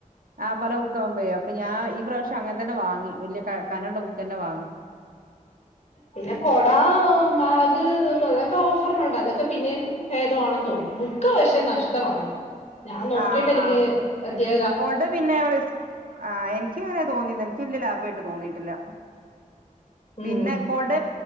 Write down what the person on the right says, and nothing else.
ആ് പല ബുക്കാകുമ്പേ അപ്പൊ ഞാൻ ഈ പ്രാവശ്യം അങ്ങനെ തന്നെ വാങ്ങി വലിയ കനള്ള തന്നെ വാങ്ങി
ആഹ്
ആഹ്
കൊട പിന്നെ ആ എനിക്ക് അങ്ങനെ തോന്നിന്ന എനിക്ക് വല്യ ലാഭമായിട്ട് തോന്നിയിട്ടില്ല
പിന്നെ കൊട